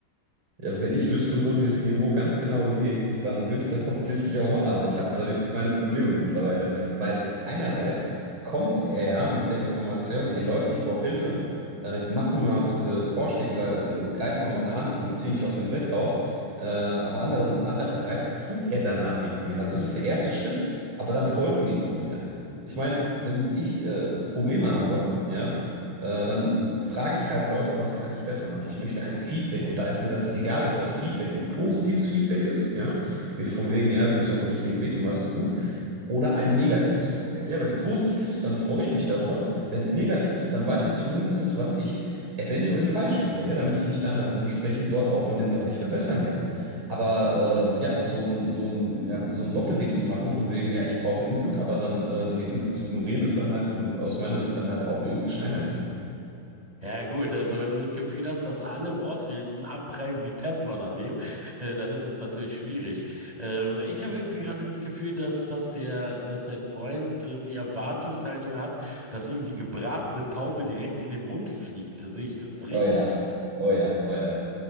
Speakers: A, on the right; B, on the right.
A: Ja, wenn ich wüsste, wo dieses Niveau ganz genau liegt, dann würde ich das <laughs> tatsächlich auch machen, aber ich habe da wirklich meine Probleme mittlerweile. Weil einerseits kommt er ja mit der Information, ey Leute, ich brauche Hilfe, äh, macht mir mal bitte Vorschläge oder äh, greift mal meine Hand und zieh mich aus dem Dreck raus. Äh, aber anderen, andererseits tut er danach nichts mehr. Also es ist der erste Schritt, aber dann folgt nichts mehr. Ich meine, wenn ich äh, Probleme habe, ja, äh, dann frage ich halt Leute, was kann ich besser machen? Ich möchte ein Feedback und da ist mir das egal, ob das Feedback ein positives Feedback ist, ja, wie von wegen, ja, du bist auf dem richtigen Weg, du machst es gut, oder ein negatives Feedback. Ja, wenn es positiv ist, dann freue ich mich darüber. Wenn es negativ ist, dann weiß ich zumindest, was ich eventuell falsch mache, ja, damit ich mich dann halt entsprechend dort auch in dem Bereich verbessern kann. Aber äh, ja, so ein, so ein, ja, so ein Doppelding zu machen, von wegen, ja, ich brauche Input, aber dann äh, den Input zu ignorieren, ist dann halt für, aus meiner Sicht dann halt auch irgendwie scheinheilig.
B: Ja gut, also wenn du das Gefühl hast, dass alle Worthülsen abprallen wie Teflon an dem, äh, dann ist es natürlich schwierig. Ähm, ich habe irgendwie gerade das Gefühl, dass, dass der, dass dein Freund äh, die Erwartungshaltung hat, dass ihm die gebratene Taube direkt in den Mund fliegt. Sehe ich das richtig?
A: Oh ja, oh ja, oh ja.